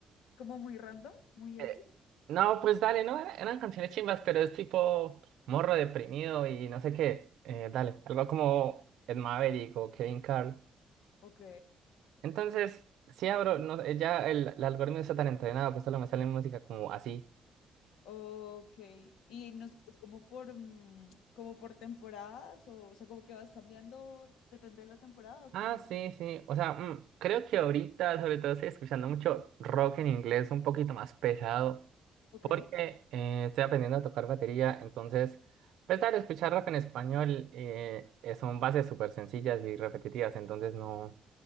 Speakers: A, on the left; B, on the right.
A: Como muy random, muy
B: eh,
A: X.
B: no, pues dale, no, era- eran canciones chimbas, pero es tipo morro deprimido y no sé qué, eh, dale, algo como Ed Maverick o Kevin Carl.
A: Ok.
B: Entonces, si abro, no, eh, ya el, el algoritmo está tan entrenado que solo me sale música como así.
A: Ok, y no sé, es como por, mm, como por temporadas o, o sea, como que vas cambiando, depende de la temporada o cómo
B: Ah,
A: es.
B: sí, sí. O sea, mm, creo que ahorita sobre todo estoy escuchando mucho rock en inglés, un poquito más pesado,
A: Ok,
B: porque eh, estoy aprendiendo a tocar batería, entonces, pues dale, escuchar rock en español eh, eh, son bases súper sencillas y repetitivas, entonces no,